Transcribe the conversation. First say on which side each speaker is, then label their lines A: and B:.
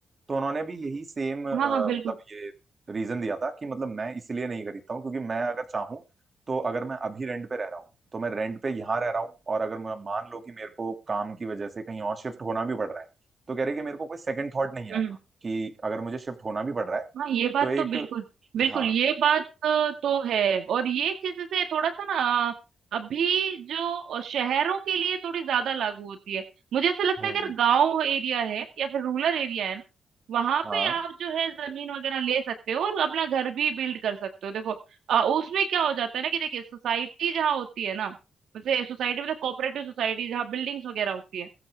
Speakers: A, on the right (about 35°); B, on the right (about 80°).
A: तो उन्होंने भी यही सेम मतलब
B: हाँ हाँ बिल्कुल
A: ये रीजन दिया था कि मतलब मैं इसलिए नहीं खरीदता हूँ क्योंकि मैं अगर चाहूँ तो अगर मैं अभी रेंट पे रह रहा हूँ तो मैं रेंट पे यहाँ रह रहा हूँ और अगर मैं- मान लो कि मेरे को काम की वजह से कहीं और शिफ्ट होना भी पड़ रहा है तो कह रहे कि मेरे को कोई सेकंड थॉट नहीं
B: हम्म
A: आएगा कि अगर मुझे शिफ्ट होना भी पड़ रहा है
B: हाँ ये बात
A: तो एक
B: तो बिल्कुल बिल्कुल
A: हाँ
B: ये बात अ, तो है और ये चीजें से थोड़ा सा ना अ, अभी जो शहरों के लिए थोड़ी ज्यादा लागू होती है मुझे ऐसा लगता
A: हम्म
B: है अगर गांव एरिया है या फिर रूरल एरिया है ना वहां
A: हाँ
B: पे आप जो है जमीन वगैरह ले सकते हो और अपना घर भी बिल्ड कर सकते हो देखो अ, उसमें क्या हो जाता है ना कि देखिए सोसाइटी जहाँ होती है ना जैसे सोसाइटी मतलब कोऑपरेटिव सोसाइटी जहाँ बिल्डिंग्स वगैरह होती है